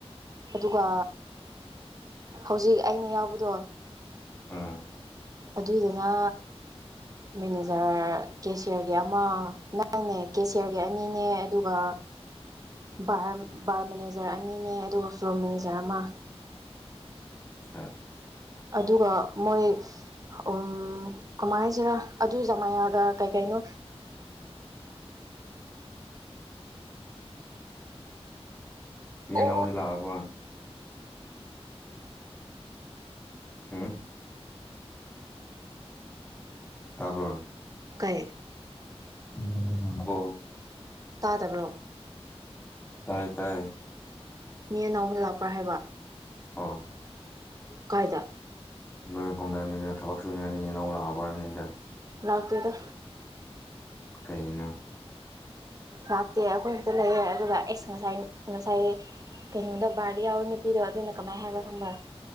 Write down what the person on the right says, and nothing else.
ꯑꯗꯨꯒ ꯍꯧꯖꯤꯛ ꯑꯩꯅ ꯌꯥꯎꯕꯗꯣ
ꯑꯗꯨꯗꯨꯅꯥ ꯃꯦꯅꯦꯖꯔ ꯀꯦꯁꯤꯌꯥꯔꯒꯤ ꯑꯃ ꯅꯪꯅꯦ ꯀꯦꯁꯤꯌꯥꯔꯒꯤ ꯑꯅꯤꯅꯦ ꯑꯗꯨꯒ
ꯕꯥꯔ ꯕꯥꯔ ꯃꯦꯅꯦꯖꯔ ꯑꯅꯤꯅꯦ ꯑꯗꯨꯒ ꯐ꯭ꯂꯣꯔ ꯃꯦꯅꯦꯖꯔ ꯑꯃ
ꯑꯗꯨꯒ ꯃꯣꯏ ꯎꯝ ꯀꯃꯥꯏꯅ ꯍꯥꯏꯁꯤꯔꯥ ꯑꯗꯨꯖꯥꯃꯌꯥꯒ ꯀꯩꯀꯩꯅꯣ
ꯑꯣ
ꯀꯩ
ꯇꯥꯗꯕ꯭ꯔꯣꯡꯥ
ꯃꯤ ꯑꯅꯧꯕ ꯂꯥꯛꯄ꯭ꯔꯥ ꯍꯥꯏꯕ
ꯀꯥꯏꯗ
ꯔꯥꯛꯇ꯭ꯔꯦꯗꯥ
ꯂꯥꯛꯇꯦ ꯑꯈꯣꯏ ꯈꯛꯇ ꯂꯩꯌꯦ ꯑꯗꯨꯒ ꯑꯩꯁ ꯉꯁꯥꯏ ꯉꯁꯥꯏ ꯀꯩꯅꯣꯗ ꯕꯥꯔꯗ ꯌꯥꯎꯕ ꯅꯨꯄꯤꯗꯣ ꯑꯗꯨꯅ ꯀꯃꯥꯏ ꯍꯥꯏꯕ꯭ꯔꯥ ꯈꯪꯕ꯭ꯔꯥ